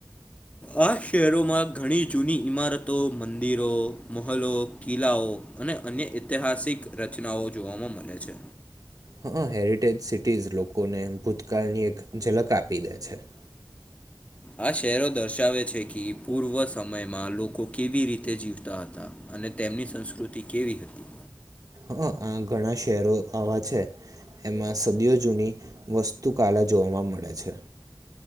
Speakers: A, on the left (about 15°); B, on the right (about 45°).
A: આ શહેરોમાં ઘણી જૂની ઈમારતો મંદિરો મહલો કિલ્લાઓ અને અન્ય ઐતિહાસિક રચનાઓ જોવામાં મળે છે
B: હા હેરિટેજ સિટીઝ લોકોને ભૂતકાળ ની એક ઝલક આપી દે છે <unintelligible>
A: આ શહેરો દર્શાવે છે કે પૂર્વ સમયમાં લોકો કેવી રીતે જીવતા હતા અને તેમની સંસ્કૃતિ કેવી હતી
B: હ આ ઘણા શહેરો આવા છે એમાં સદીઓ જૂની વસ્તુ કળા જોવાવા મળે છે